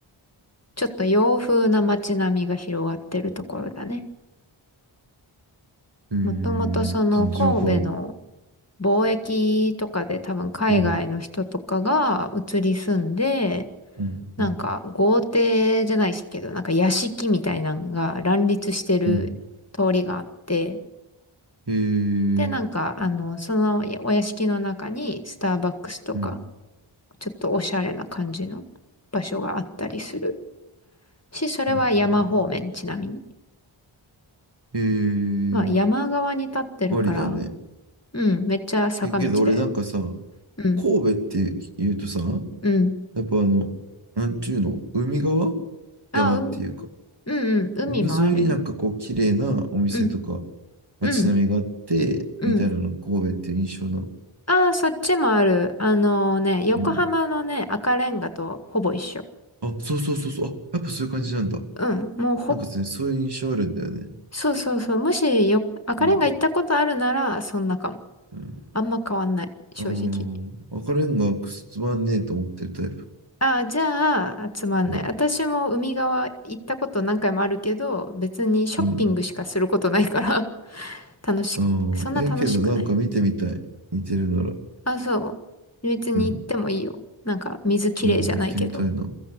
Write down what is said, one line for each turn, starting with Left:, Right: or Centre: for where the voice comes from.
Left: ちょっと洋風な街並みが広がってるところだね。
Right: へえ、
Left: もともとその神戸の
Right: 全然わからん。
Left: 貿易とかで多分海外の人とかが移り住んで、
Right: うん。うん。
Left: なんか豪邸じゃないしけど、
Right: うん。
Left: なんか屋敷みたいなのが乱立してる通りがあって、
Right: うん。へえ、
Left: で、なんかあの、そのお屋敷の中にスターバックスとか、
Right: うん。うん。
Left: ちょっとおしゃれな感じの場所があったりするし、それは山方面ちなみに。
Right: うんうんうんへえ、
Left: まあ山側に立ってるから、
Right: ありだね。
Left: うん、めっちゃ坂道だよ。
Right: え、けど俺なんかさ、
Left: うん、
Right: 神戸って言うとさ、
Left: うん。
Right: やっぱあの、なんちゅうの、海側
Left: あ、
Right: 山っていうか、
Left: うん、うん、うん、海もあるよ。
Right: 海沿いになんかこう、綺麗なお店とか、
Left: うん
Right: 街並みがあって、
Left: うん、うん。
Right: みたいなのが神戸っていう印象の。
Left: ああ、そっちもある。あのね、横浜のね、
Right: うん。
Left: 赤レンガとほぼ一緒。
Right: あ、そうそうそうそう。あ、やっぱそういう感じなんだ。
Left: うん、もうほ、
Right: なんかですね、そういう印象あるんだよね。
Left: そうそうそう。もしよ、赤レンガ行ったことあるなら、
Right: うん。
Left: そんなかも。
Right: う
Left: あんま変わんない、正直。
Right: ん。ああ、赤レンガがクソつまんねえと思ってるタイプ。
Left: ああ、じゃあ、つまんない。
Right: うん。
Left: 私も海側行ったこと何回もあるけど、別にショッピングしかすることないから、
Right: う
Left: <laughs> 楽し、
Right: ん。
Left: そんな楽しくない。
Right: ああ、ええけどなんか見てみたい。似てるなら。
Left: あ、そう。別に行ってもいいよ。
Right: うん。
Left: なんか、水きれいじゃないけど。
Right: うん。行ってみたいな。